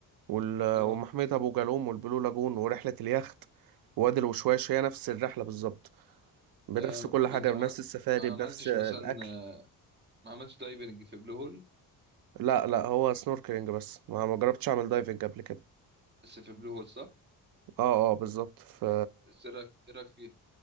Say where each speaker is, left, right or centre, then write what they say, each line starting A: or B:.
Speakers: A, on the right (about 65°); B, on the right (about 30°).
A: وال-
B: اه
A: ومحمية ابو جالوم والبلو لاجون ورحله اليخت وادي الوشواش هي نفس الرحله بالظبط بنفس
B: آه،
A: كل
B: ما
A: حاجه
B: عمل-
A: بنفس السفاري
B: ما عملتش
A: بنفس الاكل
B: مثلا ما عملتش دايفنج في بلو هول
A: لا لا هو سنوركلينج بس ما ما جربتش اعمل دايفنج قبل كده
B: بس في بلو هول صح
A: اه اه بالظبط ف
B: بس ايه رايك إيه رأيك فيها